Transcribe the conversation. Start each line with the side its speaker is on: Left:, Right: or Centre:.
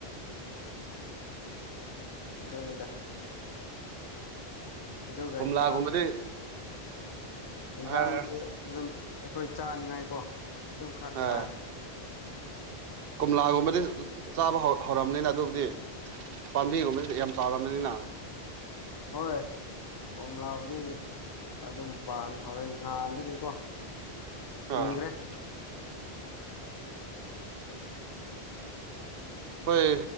Left: ꯑꯗꯨꯗꯣꯅꯤꯗ ꯑꯗꯨꯒ
Right: ꯀꯣꯝꯂꯥꯒꯨꯝꯕꯗꯤ
Left: ꯏꯟꯖꯥꯡ ꯌꯦꯟꯖꯥꯡꯗꯤ
Right: ꯍꯥꯏ
Left: ꯑꯗꯨꯝ ꯑꯩꯈꯣꯏ ꯆꯥꯅꯤꯡꯉꯥꯏ ꯀꯣ ꯑꯗꯨꯝ ꯈꯔ ꯈꯔ
Right: ꯍꯥꯏ
Left: ꯊꯥꯏ
Right: ꯀꯣꯝꯂꯥꯒꯨꯝꯕꯗꯤ ꯆꯥꯕ ꯍꯧ ꯍꯧꯔꯕꯅꯤꯅ ꯑꯗꯨꯕꯨꯗꯤ ꯄꯥꯝꯕꯤꯒꯨꯝꯕꯁꯤ ꯌꯥꯝ ꯆꯥꯎꯔꯕꯅꯤꯅ
Left: ꯍꯣꯏꯣꯏ ꯀꯣꯝ ꯂꯥꯎꯕꯗꯤ ꯑꯗꯨꯝ ꯄꯥꯟ ꯍꯥꯎꯔꯅꯦ ꯅꯍꯥꯟꯗꯒꯤꯀꯣ
Right: ꯑꯥ
Left: ꯀꯨꯏꯒꯔꯦ
Right: ꯑꯩꯈꯣꯏ ꯍꯣꯏ